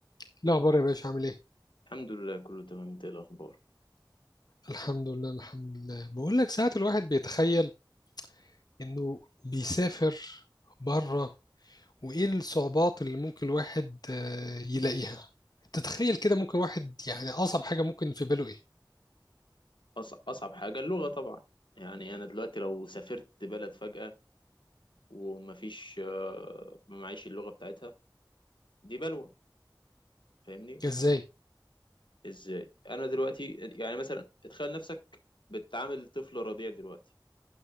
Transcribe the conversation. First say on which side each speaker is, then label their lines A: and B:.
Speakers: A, on the left; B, on the left.
A: إيه الأخبار يا باشا عامل إيه؟
B: الحمد لله كله تمام انت ايه الاخبار
A: الحمد لله الحمد لله بقول لك ساعات الواحد بيتخيل إنه بيسافر بره وإيه الصعوبات اللي ممكن الواحد آه، يلاقيها تتخيل كده ممكن واحد يعني أصعب حاجة ممكن في باله إيه؟
B: أصعب, اصعب حاجه اللغه طبعا يعني انا دلوقتي لو سافرت بلد فجاه ومفيش آه، ما معيش اللغه بتاعتها دي بلوه فاهمني
A: إزاي؟
B: ازاي انا دلوقتي يعني مثلا اتخيل نفسك بتعامل طفل رضيع دلوقتي